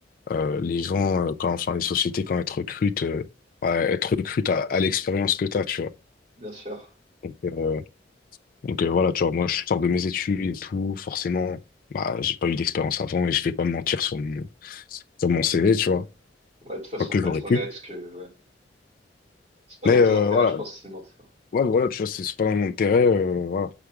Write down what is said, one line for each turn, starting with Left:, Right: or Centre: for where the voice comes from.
Left: euh, les gens, euh, quand, enfin, les sociétés, quand elles te recrutent, euh, ouais, elles te recrutent à, à l'expérience que tu as, tu vois.
Right: Bien sûr.
Left: Donc, euh, Donc euh, voilà, tu vois, moi je sors de mes études et tout, forcément, bah, j'ai pas eu d'expérience avant et je vais pas me mentir sur mon, sur mon CV, tu vois,
Right: Ouais, de toute façon,
Left: pas que
Right: faut
Left: j'aurais
Right: être
Left: pu.
Right: honnête parce que ouais, c'est pas
Left: Mais
Right: dans
Left: euh,
Right: ton intérêt,
Left: voilà,
Right: je pense, c'est de mentir.
Left: ouais, voilà, tu vois, c'est c'est pas dans mon intérêt, euh, voilà.